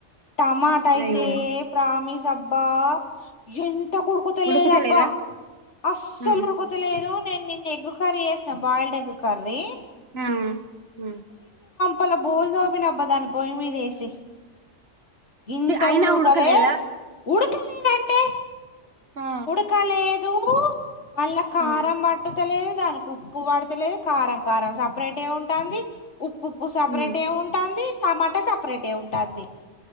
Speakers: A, on the left; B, on the right.
A: టమాటయితే
B: అయ్యో
A: ప్రామిస్ అబ్బా ఎంతకుడుకుతలేదబ్బా
B: ఉడుకుతలేదా
A: అస్సలు
B: ఆ
A: ఉడుకుతలేదు గ్ నేను నిన్న ఎగ్గు కర్ర చేసిన బాయిల్డ్ ఎగ్గు కర్రీ
B: ఆ హ
A: తల బోళ్ళు తోమినబ్బా దాన్ని పోయి మీదేసి గింత
B: అయినా
A: గూడ ఉడకలే
B: ఉడకలేదా
A: ఉడుకలేదంటే
B: ఆ
A: ఉడకలేదు మళ్ళ కారం
B: ఆ
A: బట్టుతలేదు దానికి ఉప్పు పడతలేదు కారం కారం సపరేట్ ఏ ఉంటంది ఉప్పు ఉప్పు సపరేటె
B: ఉమ్
A: ఉంటాంది టమాటా సపరేటె ఉంటాంది